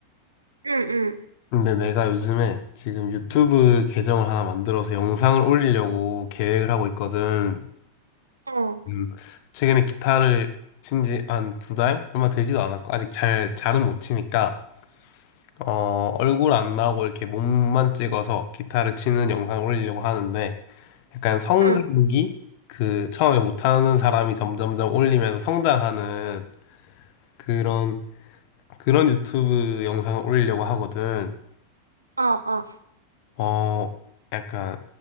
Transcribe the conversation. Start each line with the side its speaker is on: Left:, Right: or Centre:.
Right: 응, 응,
Left: 근데 내가 요즘에 지금 유튜브 계정을 하나 만들어서 영상을 올리려고 계획을 하고 있거든.
Right: 어,
Left: 음, 최근에 기타를 친지 한 두 달? 얼마 되지도 않았고, 아직 잘, 잘은 못 치니까. 어, 얼굴 안 나오고 이렇게 몸만 찍어서 기타를 치는 영상을 올리려고 하는데 약간 성장기
Right: 응,
Left: 그 처음에 못하는 사람이 점점점 올리면서 성장하는 그런 그런 유튜브 영상을 올리려고 하거든.
Right: 어, 어.
Left: 어, 약간